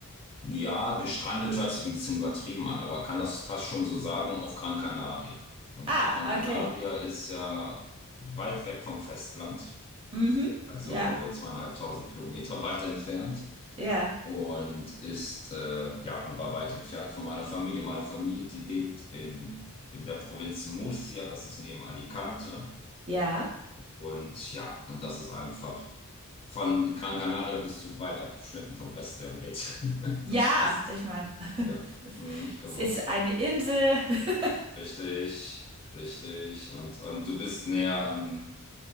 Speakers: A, on the left; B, on the right.
A: ja, gestrandet hört sich ein bisschen übertrieben an, aber kann das fast schon so sagen, auf Gran Canaria. Und
B: ah,
A: Gran Canaria
B: okay.
A: ist ja weit weg vom Festland,
B: Mhm.
A: also
B: Ja,
A: zweieinhalbtausend Kilometer <laughs> weit entfernt.
B: ja,
A: Und ist, äh, ja, und war weit entfernt von meiner Familie. Meine Familie, die lebt in, in der Provinz Murcia, das ist neben Alicante.
B: ja.
A: Und ja, und das ist einfach von Gran Canaria bis zu weit abgeschnitten vom Rest der Welt. <laughs>
B: Ja,
A: Das ist,
B: ich meine, <laughs>
A: ja, mm, genau.
B: es ist eine Insel. <laughs>
A: Richtig, richtig. Und, und du bist näher an,